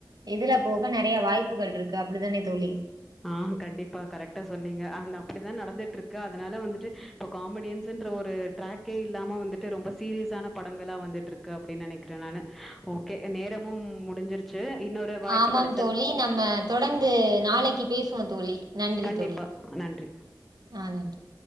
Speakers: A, on the right; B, in the centre.
A: இதுல போக நெறைய வாய்ப்புகள் இருக்கு அப்டிதானே தோழி
B: ஆஹ் கண்டிப்பா கரெக்ட்டா சொன்னீங்க அந்த அப்டிதா நடந்துட்டு இருக்கு அதனால வந்துட்டு இப்போ காமெடியன்ஸ்ன்ற ஒரு ட்ராக்கே இல்லாம வந்துட்டு ரொம்ப சீரியஸான படங்களாக வந்துட்டுருக் கு அப்டின் நெனைக்கிறே நானு ஓகே நேரமும் முடிஞ்சிருச்சு இன்னொரு வாய்ப்பு
A: ஆமாம்
B: கெடைச்சா
A: தோழி நம்ம தொடர்ந்து நாளைக்கி பேசுவோ தோழி நன்றி
B: கண்டிப்பா.
A: தோழி
B: நன்றி.
A: ஆஹ் நன்றி